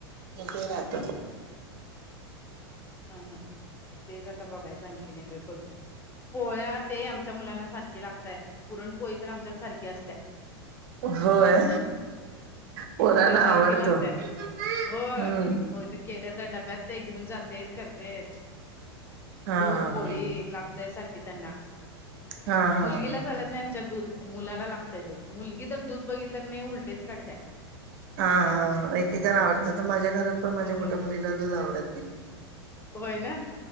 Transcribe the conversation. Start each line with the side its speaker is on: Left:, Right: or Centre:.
Right: मग ते
Left: हा
Right: राहत.
Left: हा हम हम ह तेच आता बघायचं आणखीनेगवेळ करून पोळ्या ते आमच्या मुलांना सारखी लागतय पुरण पोळी तर आमच्यात सारख्या असत्या.
Right: होय पोरांना
Left: ते सारखी
Right: आवडतो
Left: लागते
Right: हम्म
Left: होय. वग ते केल्या तर डब्यात ते घेऊन जातेत करतेेत.
Right: हा
Left: दूध
Right: हा
Left: पोळी लागतय सारखी त्यांना
Right: हा हा हा
Left: मुलगीला चालत नाही आमच्यात दूध मुला लागतय दूध मुलगी तर दूध बघितलं क नाही उलटेच काढत.
Right: हा हा एकेकाना आवडतं तर माझ्या घरात पण माझ्या
Left: हो
Right: मोठ्या मुलीला दूध आवडत नाही.
Left: होय ना